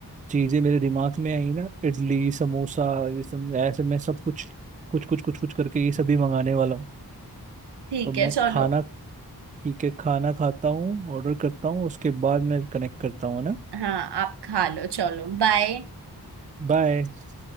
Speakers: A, on the right; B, on the right.
A: चीजें मेरे दिमाग में आई ना इडली समोसा ये सब ऐसे मैं सब कुछ कुछ कुछ कुछ कुछ करके ये सभी मंगाने वाला हूँ
B: ठीक
A: तो मैं
B: है चलो
A: खाना ठीक है खाना खाता हूँ ऑर्डर करता हूँ उसके बाद मैं कनेक्ट करता हूँ है ना
B: हाँ आप खा लो चलो बाय
A: बाय